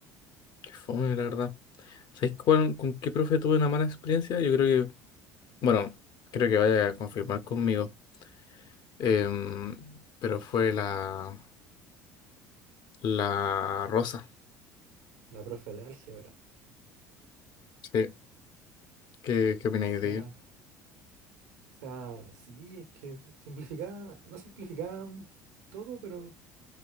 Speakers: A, on the left; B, on the right.
A: qué fome, la verdad. ¿Sabes cuál- con qué profe tuve una mala experiencia? Yo creo que, bueno, creo que vaya a confirmar conmigo. Em, pero fue la, la Rosa.
B: La profe de álgebra.
A: Sí, ¿qué, qué opináis
B: O sea,
A: de ella?
B: o sea, sí, es que simplificaba, no simplificaba todo, pero